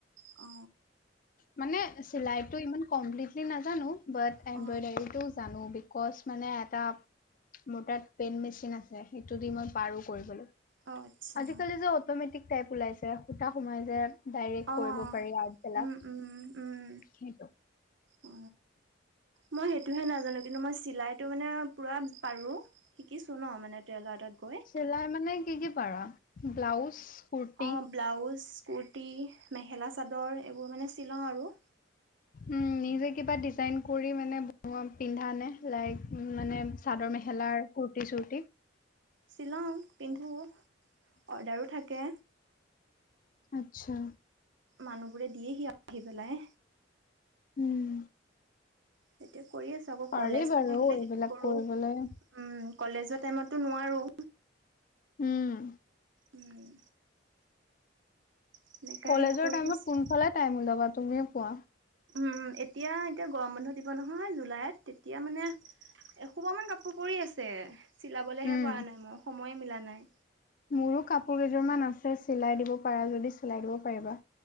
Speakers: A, on the right (about 75°); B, on the left (about 45°).
A: অ
B: মানে চিলাইটো ইমান কমপ্লিটলি নাজানো বাট এম্ব্ৰডাৰীটো
A: অ
B: জানো। কচ মানে এটা মোৰ তাত পেইন মেচিন আছে সেইটো দি মই পাৰো কৰিবলৈ।
A: অ আচ্ছা
B: আজিকালি যে অট'মেটিক টাইপ ওলাইছে, সুতা সোমাই যে ডাইৰেক্ট
A: অ
B: কৰিব পাৰি আৰ্টবিলাক।
A: উম উম উম
B: সেইটো
A: অ মই সেইটোহে নাজানো কিন্তু মই চিলাইটো মানে পুৰা পাৰো। শিকিছো ন মানে তেলাৰ তাত গৈ
B: চিলাই মানে <unintelligible> ব্লাউজ কুৰ্তি
A: অ ব্লাউজ, কুুৰ্টি, মেখেলা চাদৰ এইবোৰ মানে চিলাও আৰু।
B: উম, নিজে কিবা ডিজাইন কৰি মানে বনোৱা পিন্ধা নে লাইক উ মানে চাদৰ মেখেলাৰ কুৰ্তি চুৰ্তি
A: শ্বিলাও পিন্ধোঁ অৰ্ডাৰো থাকে
B: আচ্ছা
A: মানুহ বোৰে দিয়ে সি আহি পেলাই
B: উম
A: সেইটো কৰি আছো আকৌ
B: পাৰি
A: কলেজ
B: বাৰু
A: নাথাকিলে
B: এইবিলাক
A: সেইটো কৰো
B: কৰিবলৈ
A: উম কলেজৰ টাইমতো নোৱাৰো
B: উম
A: উম সেনেকাই
B: কলেজৰ
A: কৰি
B: টাইমত
A: আছো
B: কোনফালে টাইম ওলাবা তুমি পোৱা
A: উম এতিয়া এতিয়া গৰম বন্ধৰ নহয় জুলাইত তেতিয়া মানে এশোপা মান কাপোৰ পৰি আছে চিলাবলেহে
B: উম
A: পৰা নাই মোৰ সময়ে মিলা নাই
B: মোৰো কাপোৰ কেইযোৰমান আছে চিলাই দিব পাৰা যদি চিলাই দিব পাৰিবা